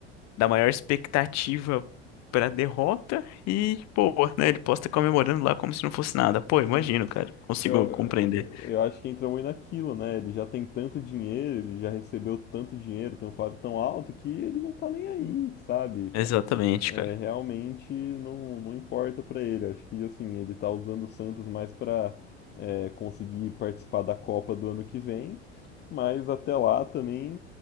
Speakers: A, on the left (about 50°); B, on the left (about 30°).
A: da maior expectativa pra derrota e, pô, né? Ele posta comemorando lá como se não fosse nada. Pô, imagino,
B: sim.
A: cara, consigo
B: Eu,
A: compreender.
B: eu acho que entra muito naquilo, né? Ele já tem tanto dinheiro, ele já recebeu tanto dinheiro, tem um salário tão alto que ele não tá nem aí, sabe?
A: Exatamente,
B: É,
A: cara.
B: realmente não, não importa pra ele. Acho que assim, ele tá usando o Santos mais pra é, conseguir participar da Copa do ano que vem, mas até lá também,